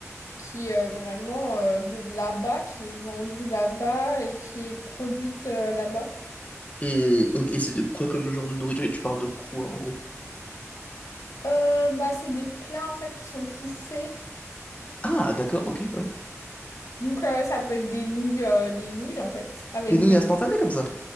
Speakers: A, on the left; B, on the left.
A: qui est vraiment euh, de là-bas, qui est vendue là-bas et qui est produite euh, là-bas.
B: Et, ok, et c'est de quoi comme genre de nourriture? Tu parles de quoi en gros?
A: Euh, bah, c'est des plats en fait qui sont tout faits.
B: Ah, d'accord, ok, ouais.
A: Donc euh, ça peut être des nouilles, euh, des nouilles en fait, avec
B: Des nouilles
A: des
B: instantanées comme ça.